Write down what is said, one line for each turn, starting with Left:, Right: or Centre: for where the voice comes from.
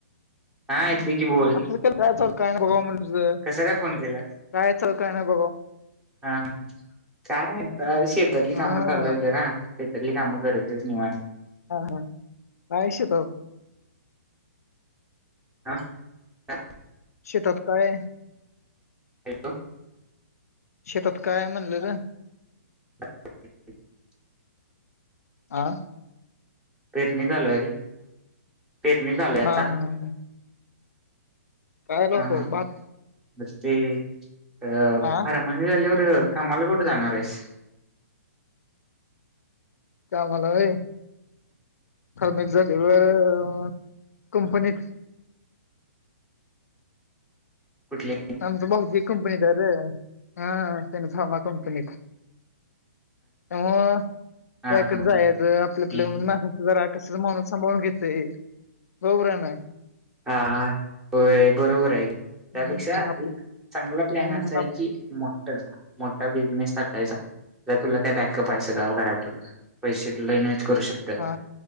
Centre: हा येतोय की बोल
Left: असयच केलता काय नाय म्हण बाबा
Centre: कसा काय फोन केलास?
Left: काय चालतंयन बा
Centre: हा ह काय शेतातली
Left: हा
Centre: कामं चालूय जरा शेतातली. काम करायचं निवांत.
Left: हा हा, काये शेताव.
Centre: हा हा.
Left: शेतात काये?
Centre: येतो.
Left: शेतात काय म्हणलं र?
Centre: <inaudible>
Left: आह!
Centre: पिरणी चालूय रे पिरणी चालू आता.
Left: हा हा काय लावतो
Centre: ह ह ह,
Left: भात
Centre: बस ते <unintelligible>
Left: हा
Centre: कमाल कुठ जाणारेस.
Left: कामला व्हय फारमसी झाली व्हायर. कंपनीत.
Centre: कुठले
Left: आमच भाऊ ज कंपनी त रे हा स फार्मा कंपनीत. अ त्याकडे
Centre: हा हा
Left: जायचं आपलं
Centre: हा
Left: आपलं म्हज मासाच जरा कसच माणू सांभाळून घेतय बरोबर आहे ना.
Centre: हा हा, होय. बरोबर आये की त्यापेक्षा
Left: हम्म आपलं
Centre: एक चांगला प्लॅन
Left: हम्म
Centre: असा आहे
Left: आप
Centre: की मोठ मोठा बिझनेस टाक तुला काय बॅकअप आहेयचं ग घरातून पैसे तुला इन्वहेस्ट करू शकतात
Left: हा